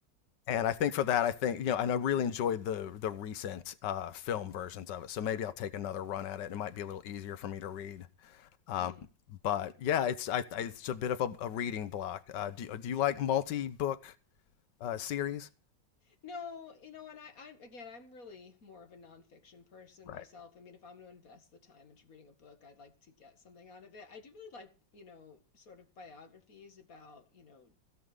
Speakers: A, on the left; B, on the left.
A: And I think for that, I think, you know, and I really enjoyed the the recent uh, film versions of it. So maybe I'll take another run at it. It might be a little easier for me to read. Um,
B: mm.
A: but yeah, it's I, I, it's a bit of a, a reading block. Uh, do do you like multi book uh, series?
B: No, you know, and I, I again, I'm really more of a nonfiction person
A: Right.
B: myself. I mean, if I'm going to invest the time into reading a book, I'd like to get something out of it. I do really like, you know, sort of biographies about, you know,